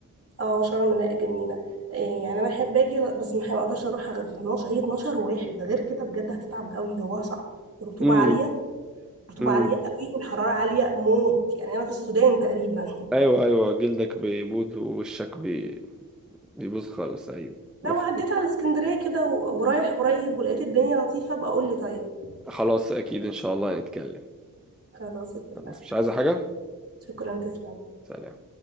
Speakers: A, on the right (about 40°); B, in the centre.
A: اه شرم لا جميلة إيه يعني انا احب اجي بس ما اقدرش اروحها غير في 12 هي 12 واحد ده غير كده بجد هتتعب قوي جواها صعب الرطوبة
B: امم
A: عالية الرطوبة
B: امم
A: عالية قوي والحرارة عالية موت يعني انا في السودان تقريبا
B: ايوه ايوه جلدك بيبوظ ووشك بي... بيبوظ خالص ايوه
A: <laughs>
B: مفهوم
A: لو عديت على اسكندرية كده و- ورايح قريب ولقيت الدنيا لطيفة بقى قول لي طيب
B: خلاص اكيد ان شاء الله نتكلم
A: خلاص اتفقنا
B: خلاص مش عايزة حاجة
A: شكرا تسلم
B: سلام